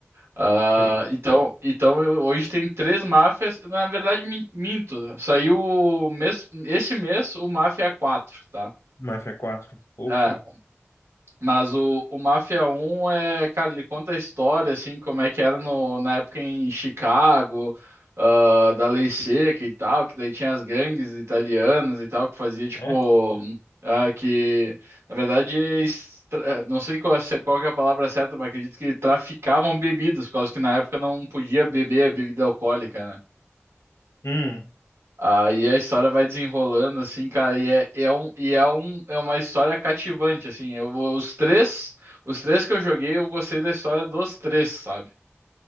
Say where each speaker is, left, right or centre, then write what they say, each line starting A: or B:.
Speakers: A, on the right; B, on the left.
A: Ah,
B: Sim.
A: então, então eu- hoje tem três Mafias. Na verdade, min- minto. Saiu o mês, esse mês o Mafia 4 tá?
B: Mafia 4. Opa.
A: É, mas o, o Máfia um é, cara, ele conta a história, assim, como é que era no, na época em Chicago, ah, da Lei Seca e tal, que daí tinha as gangues italianas e tal, que fazia, tipo,
B: É?
A: ah, que, na verdade, estra- eh, não sei qual, é- qual que é a palavra certa, mas acredito que traficavam bebidas, por causa que na época não podia beber bebida alcoólica, né?
B: Hum,
A: Aí a história vai desenrolando, assim, cara, e é, e é, um, e é, um, é uma história cativante, assim. Eu, vou- os três, os três que eu joguei, eu gostei da história dos três, sabe?